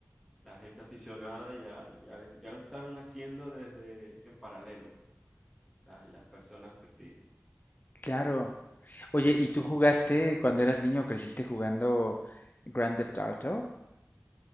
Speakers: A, in the centre; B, on the left.
A: la gente aficionada ya, ya, ya lo están haciendo desde en paralelo, la- las personas free.
B: Claro.
A: Sí, sí,
B: Oye,
A: es
B: ¿y
A: una...
B: tú jugaste
A: sí.
B: cuando eras niño, creciste jugando Grand Theft Auto?